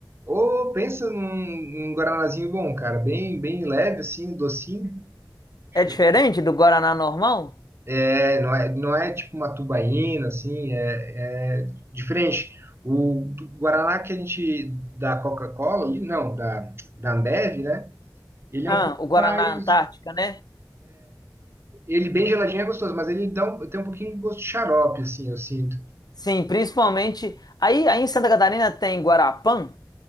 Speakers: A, on the right; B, on the left.
A: Ô, pensa num, num guaranazinho bom, cara, bem, bem leve, assim, docinho. Show.
B: É diferente do Guaraná normal?
A: É, não é, não é tipo uma tubaína, assim, é, é diferente. O Guaraná que a gente da Coca-Cola, ali, não, da, da Ambev, né? Ele
B: Ah,
A: é um pouco
B: o Guaraná
A: mais.
B: Antártica, né?
A: Ele bem geladinho é gostoso, mas ele dá um- tem um pouquinho de gosto de xarope, assim, eu sinto.
B: Sim, principalmente. Aí, aí em Santa Catarina tem Guarapã.